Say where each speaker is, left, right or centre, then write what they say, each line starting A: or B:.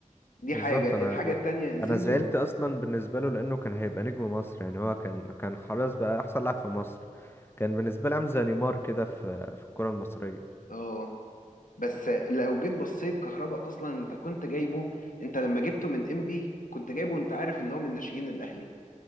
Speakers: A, on the left; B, on the left.
A: دي
B: بالظبط
A: حاجة
B: انا
A: الحاجة
B: ز...
A: التانية زيزو
B: انا زعلت اصلا بالنسبه له لانه كان هيبقى نجم مصر يعني هو كان كان خلاص بقى احسن لاعب في مصر كان بالنسبه لي عامل زي نيمار كده في في الكره المصريه
A: اه بس لو جيت بصيت كهربا اصلا انت كنت جايبه انت لما جبته من انبي كنت جايبه انت عارف ان هو من ناشئين الاهلي